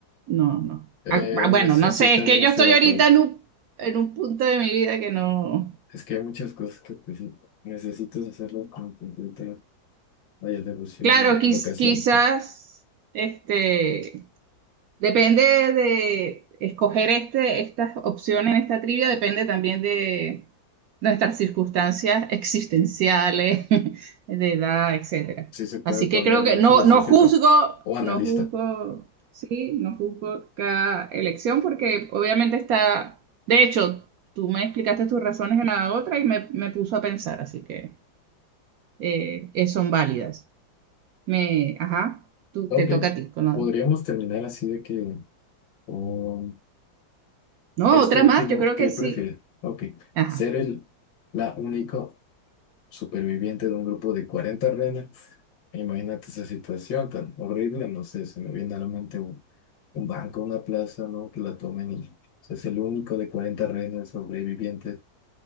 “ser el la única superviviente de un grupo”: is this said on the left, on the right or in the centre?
Left